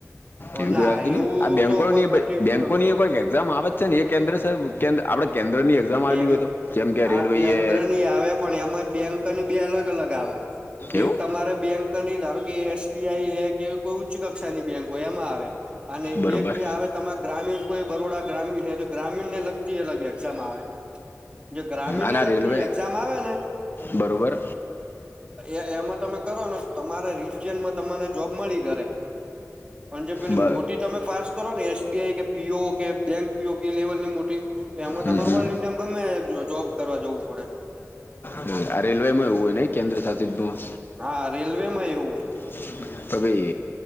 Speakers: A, on the left (about 40°); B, on the right (about 20°).
A: એવી
B: ના
A: કોઈ આવતી નહિ.
B: એવું
A: આ બેંકોની
B: તો કોઈ
A: ય
B: પર્ટિક્યુલર
A: ભઈ બેંકોની ય
B: હતું
A: કોઈ એક્ઝામ આવે છે ને એ કેન્દ્ર સબ આપડે કેન્દ્ર ની એક્ઝામ
B: બેંક
A: આલવી હોય તો જેમ કે
B: આ
A: રેલવે ય
B: કેન્દ્રની આવે પણ એમાં બેંકની બે અલગ અલગ આવે
A: એવું
B: એક તમારે બેંકની ધારો કે એસ બી આઈ ય એવી કોઈ ઉચ્ચ કક્ષાની બેંક હોય એમાં આવે અને
A: બરોબર
B: એક આવે તમાર ગ્રામીણ કોઈ બરોડા ગ્રામીણ હે તો ગ્રામીણ ને લગતી અલગ એક્ઝામ આવે. જો ગ્રામીણ
A: અને
B: ને
A: આ
B: લગતી
A: રેલવે
B: એક્ઝામ આવે ને
A: બરોબર
B: એ એમાં તમે કરો ને તો તમારા રી ને જોબ મળી કરે પણ જે પેલી
A: બ
B: મોટી તમે પાસ કરો ને એસ બી આઈ કે પી ઓ કે બેંક પી ઓ કે લેવલ ની મોટી એમાં
A: હમ
B: તમારે
A: હમ
B: ઓલ ઇન્ડિયામાં ગમે જોબ કરવા જવું પડે.
A: હમ્મ, આ રેલવે એવું હોય ને કેન્દ્ર શાસિતમાં?
B: હા રેલ્વે માં એવું હો.
A: કે ભાઈ